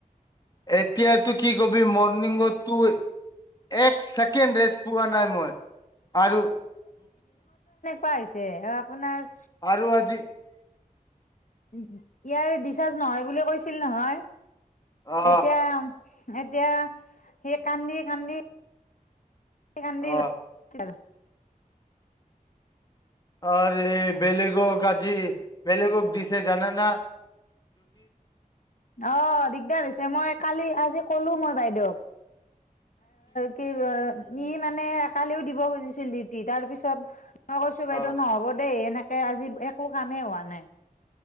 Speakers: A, on the left (about 25°); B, on the left (about 60°).
A: এতিয়াতো কি কবি মৰ্ণিঙতো এক ছেকেণ্ড ৰেষ্ট পোৱা নাই মই আৰু
B: পাইছে আৰু আপোনাৰ
A: আৰু হাজ
B: ইয়াৰে ডিচাৰ্জ নহয় বুলি কৈছিল নহয়,
A: অ
B: এতিয়া এতিয়া সেই কান্দি কান্দি <unintelligible>
A: অ আৰু বেলেগ ক আজি বেলেগ দিছে জানা না?
B: অ' দিগদাৰ হৈছে মই কালি আজি কলো মই বাইদেক। কি ই মানে কালিও দিব খুজিছিল উতি তাৰ পিছত মই কৈছো বাইদেউ
A: অ
B: নহ'ব দেই, এনেকে আজি একো কামেই হোৱা নাই।